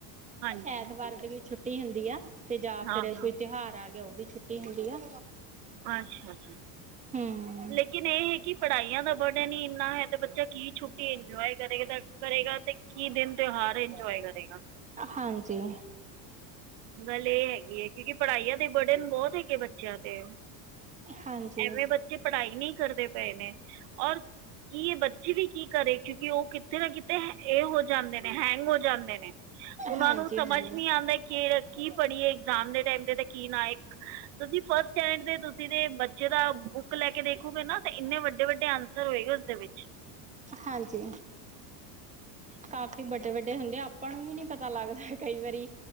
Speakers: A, on the right; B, on the right.
A: ਹਾਂਜੀ
B: ਐਤਵਾਰ ਦੀ ਵੀ ਛੁੱਟੀ ਹੁੰਦੀ ਆ। ਤੇ ਜਾ
A: ਹਾਂ
B: ਫਿਰ
A: ਹਾਂ
B: ਕੋਈ ਤਿਉਹਾਰ ਆ ਗਿਆ ਓਦੀ ਛੁੱਟੀ ਹੁੰਦੀ ਆ।
A: ਅੱਛਾ ਜੀ।
B: ਹਮ
A: ਲੇਕਿਨ ਏ ਹੈ ਕਿ ਪੜ੍ਹਾਈਆਂ ਦਾ ਬਰਡਨ ਹੀ ਇੰਨਾ ਹੈ ਤੇ ਬੱਚਾ ਕੀ ਛੁਟ ਕੀ ਇੰਜੋਏ ਕਰੇਗਾ ਕਰੇਗਾ ਤੇ ਕੀ ਦਿਨ ਤਿਉਹਾਰ ਇੰਜੋਏ ਕਰੇਗਾ।
B: ਹਾਂਜੀ
A: ਗੱਲ ਏ ਹੈਗੀ ਐ ਕਿਉਂਕਿ ਪੜ੍ਹਾਈਆਂ ਦੇ ਬਰਡਨ ਬੌਤ ਹੈਗੇ ਬੱਚਿਆਂ ਤੇ।
B: ਹਾਂਜੀ
A: ਐਵੇਂ ਬੱਚੇ ਪੜ੍ਹਾਈ ਨਈ ਕਰਦੇ ਪਏ ਨੇ ਔਰ ਕਿ ਏ ਬੱਚੀ ਵੀ ਕੀ ਕਰੇ ਕਿਉਂਕਿ ਓ ਕਿਥੇ ਨਾ ਕਿਤੇ ਏ ਹੋ ਜਾਂਦੇ ਨੇ ਹੈਕ। ਹੋ ਜਾਂਦੇ ਨੇ ਓਨਾਂ
B: ਹਾਂਜੀ
A: ਨੂੰ ਸਮਝ
B: ਹਾਂਜੀ
A: ਨੀ ਆਂਦਾ ਕਿ ਕੀ ਪੜ੍ਹੀਏ ਇਗਜ਼ਾਮ ਦੇ ਟਾਈਮ ਤੇ ਤੇ ਕੀ ਨਾ ਏਕ ਤੁਸੀਂ ਫਸਟ ਸਟੈਂਡ ਤੇ ਤੁਸੀਂ ਦੇ ਬੱਚੇ ਦਾ ਬੁੱਕ ਲੈ ਕੇ ਦੇਖੋਗੇ ਨਾ ਤੇ ਇੰਨੇ ਵੱਡੇ, ਵੱਡੇ ਆਂਸਰ ਹੋਏਗੇ ਉਸਦੇ ਵਿੱਚ।
B: ਹਾਂਜੀ ਕਾਫੀ ਬੱਡੇ, ਵੱਡੇ ਹੁੰਦੇ ਆਪਾਂ ਨੂੰ ਵੀ ਨੀ ਪਤਾ ਲੱਗਦਾ ਕਈ ਵਾਰੀ।